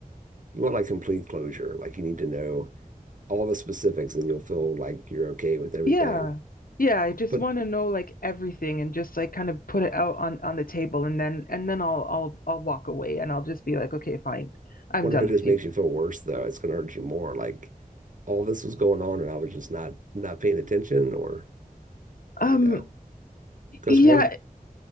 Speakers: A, on the right (about 60°); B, on the left (about 70°).
A: you want like complete closure. Like you need to know all the specifics and you'll feel like you're okay with everything.
B: yeah. Yeah, I just
A: But
B: want to know like everything and just like kind of put it out on on the table and then and then I'll I'll I'll walk away and I'll just be like, "Okay, fine. I'm
A: What
B: done
A: if it just
B: with
A: makes
B: you."
A: you feel worse though? It's gonna hurt you more. Like all this was going on and I was just not not paying attention or,
B: Um
A: you know, because
B: yeah,
A: one,